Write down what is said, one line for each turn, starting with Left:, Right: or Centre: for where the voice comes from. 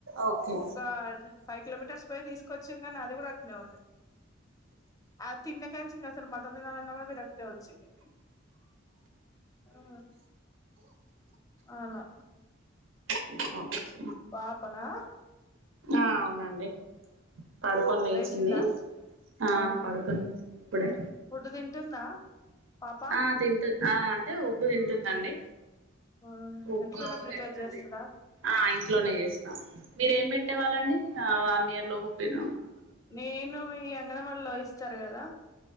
Right: ఓకే
Left: ఒక ఫైవ్ కిలోమీటర్స్ పోయి తీసుకొచ్చిరు కానీ అది కూడా అట్నే ఉంది ఆ తిన్నకాంచి ఇంగ అసల్ మటన్ తినాలన్న కూడా విరక్తే వచ్చింది ఆ అలా
Right: <inaudible>
Left: పాపనా
Right: ఆ అవునండి పడుకొని లేచింది
Left: లేచిందా
Right: ఆ
Left: ఆహా
Right: పడుకొని లేచింది ఇప్పుడే
Left: ఫుడ్ తింటుందా పాప
Right: ఆ తింటున్ ఆ అంటే ఉగ్గు తింటుందండి
Left: ఆ
Right: ఉగ్గోదింటది
Left: ఇంట్లోనే ప్రిపేర్ చేస్తదా
Right: ఆ ఇంట్లోనే చేస్తాం మీరేం పెట్టేవాళ్ళండి ఆవ నియర్లో ఉప్పిన
Left: నేను ఈ అంగన్వాల్లో ఇస్తారు కదా